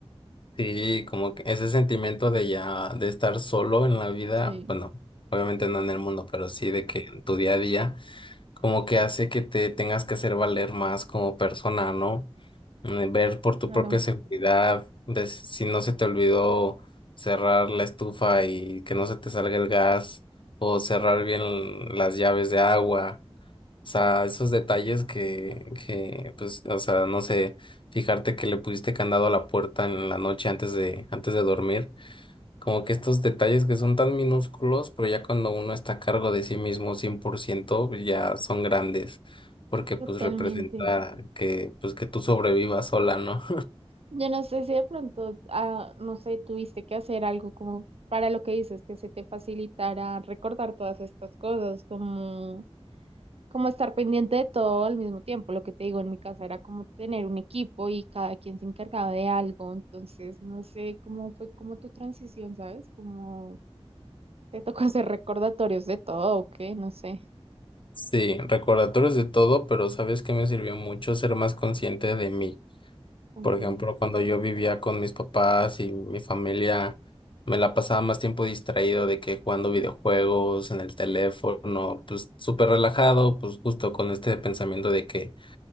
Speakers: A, on the left; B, on the right.
A: Sí, como que ese sentimiento de ya, de estar solo en la vida,
B: Sí,
A: bueno, obviamente no en el mundo, pero sí de que en tu día a día, como que hace que te tengas que hacer valer más como persona, ¿no? mm, ver por tu
B: claro,
A: propia seguridad, de si no se te olvidó cerrar la estufa y que no se te salga el gas, o cerrar bien las llaves de agua. O sea, esos detalles que, que, pues, o sea, no sé, fijarte que le pusiste candado a la puerta en la noche antes de, antes de dormir. Como que estos detalles que son tan minúsculos, pero ya cuando uno está a cargo de sí mismo 100%, ya son grandes porque pues
B: totalmente.
A: representa que pues que tú sobrevivas sola, ¿no?
B: Yo no sé si de pronto, ah, no sé, tuviste que hacer algo como para lo que dices, que se te facilitara recordar todas estas cosas, como, como estar pendiente de todo al mismo tiempo. Lo que te digo en mi casa era como tener un equipo y cada quien se encargaba de algo. Entonces, no sé cómo fue como tu transición, ¿sabes? Como te tocó hacer recordatorios de todo, ¿o qué? No sé.
A: Sí, recordatorios de todo, pero ¿sabes que me sirvió mucho? Ser más consciente de mí.
B: Ok,
A: Por ejemplo, cuando yo vivía con mis papás y mi familia, me la pasaba más tiempo distraído de que jugando videojuegos en el teléfono, pues súper relajado, pues justo con este pensamiento de que